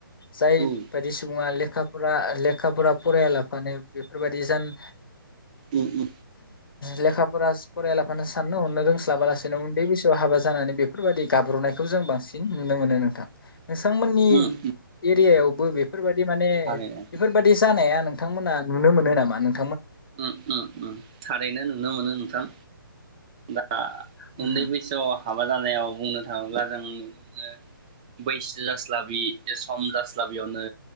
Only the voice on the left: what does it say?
जाय
बायदि सुबुंङा लेखा। फुरा लेखा फोरा फरायाला माने बेफोरबादि जान
लेखाब। फरास फरायलाफानो साननो हरनो रोंस्लाबालास जेनाव उन्दै बैसोआव हाबा जानानै बेफोरबादि गाब्र'नायखौ जों बांसिन नुनो मोनो नोंथां। नोंथा़ मोननि
एरियायावबो बे फोरबादि माने
बेफोरबादि जानाया नों थांमोना नुनो मोनो नामा नोंथां?
उम